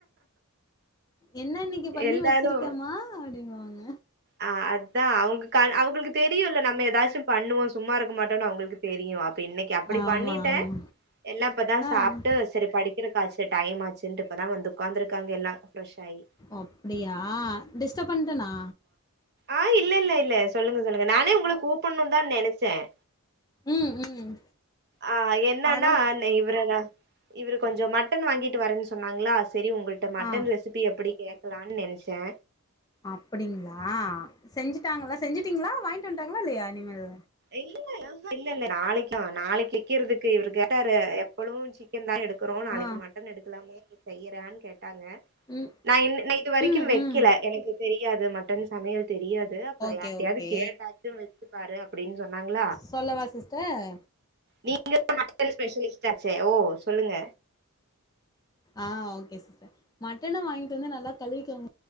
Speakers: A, on the left; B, on the right.
A: என்ன இன்னிக்கு பண்ணி
B: எல்லாரு
A: வச்சிருக்கமா அப்படிங்குவாங்க
B: ஆ அத்தா அவூங்க கா அவங்களுக்கு தெரியூல்ல நம்ம ஏதாச்சூ பண்ணுவோ சும்மா இருக்க மாட்டோன்னு அவுங்களுக்கு தெரியூ அப்பிடி இன்னிக்கி அப்படி
A: ஆமா
B: பண்ணிட்டேன்
A: ஆமா
B: எல்லா இப்பதா சாப்ட்டு
A: ஆ
B: சேரி படிக்கிறதுக்காச்சு டைம் ஆச்சுன்ட்டு இப்பதா வந்து உக்காந்துருக்காங்க எல்லா ஃப்ரெஷ் ஆயி
A: அப்படியா டிஸ்டர்ப் பண்ட்டேண்ணா
B: ஆஹ் இல்ல இல்ல இல்ல சொல்லுங்க சொல்லுங்க நானே உங்களுக்கு கூப்பட்ணூ தா நெனைச்சென்
A: ம் ம்
B: ஆ என்னன்னா
A: அதா
B: நா இவரதா இவரு கொஞ்சொ மட்டன் வாங்கிட்டு வரேன்னு சொன்னாங்களா சேரி உங்கள்ட மட்டன்
A: ஆ
B: ரெசிபி ப்பி எப்படி கேக்கலான்னு நெனைச்சே
A: அப்டிங்களா செஞ்சுட்டாங்களா செஞ்சுட்டீங்களா வாங்கிட்டு வந்ட்டாங்களா இல்லயா இனிமேல்
B: இ இல்ல இல்ல இல்ல இல்ல நாளைக்குதா நாளைக்கி வைக்கிறதுக்கு இவரு கேட்டாரு எப்பளும்ச்சு சிக்கன் தா எடுக்கிறோ நாளைக்கு
A: ஆ
B: மட்டன் எடுக்கலாமே செய்யறோன்னு கோட்டாங்க
A: ம்
B: நா இன் இது வரைக்கூ
A: ம்
B: வைக்கல
A: ம்
B: எனக்கு தெரியாது மட்டன் சமையல் தெரியாது
A: ஓகே
B: யார்டயாது
A: ஓகே
B: கேட்டாச்சு வச்சு பாரு அப்டின்னு சொன்னாங்களா
A: சொல்லவா சிஸ்டர்
B: நீங்க தா மட் ஸ்பெஷலிஸ்ட் ஆச்சே ஓ சொல்லுங்க
A: ஆ ஓகே சிஷ்டர் மட்டன வாங்கிட்டு வந்து நல்லா கழுவிக்கோங்க